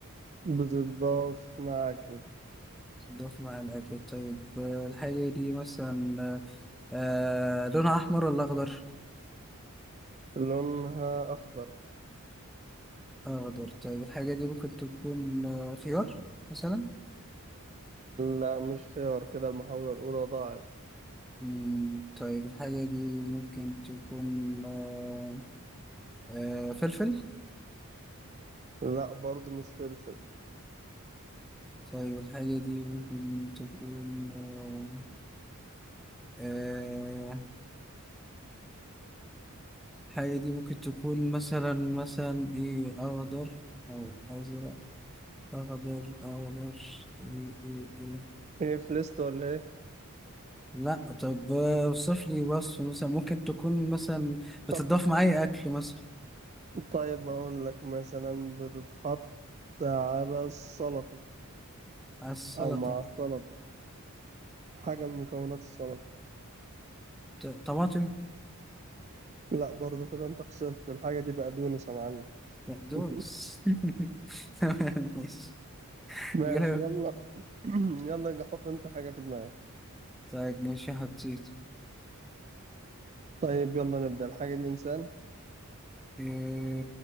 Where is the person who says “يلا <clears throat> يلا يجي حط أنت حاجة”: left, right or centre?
Right